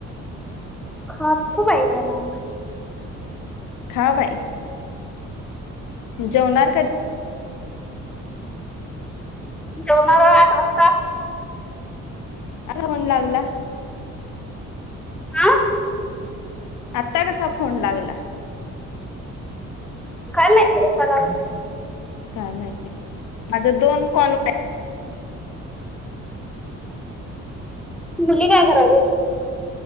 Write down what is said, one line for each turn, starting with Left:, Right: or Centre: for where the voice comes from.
Centre: खर खू बाई जरा
Left: खा बाई जेवणार का
Centre: जेवणार आठ वाजता
Left: आं म्हणू लागला
Centre: हा
Left: आता कसा फोन लागला
Centre: काल माहित कसा लागला
Left: काय माहिती माझे दोन कॉल <inaudible>
Centre: मुली काय करू राहिल्या